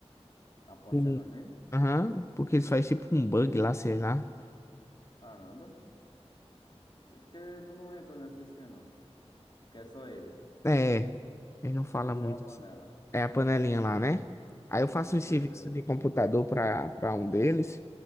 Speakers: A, on the left; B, on the left.
A: Apostando
B: Sim.
A: assim?
B: Aham, porque eles fazem tipo um bug lá, sei lá.
A: Caramba. E por que tu não entra nesse esquema? Porque é só eles.
B: É, eles não falam
A: É só
B: muito
A: a panela.
B: assim. É a panelinha lá, né? Aí eu faço
A: Com
B: um serviço
A: certeza.
B: de computador pra, pra um deles.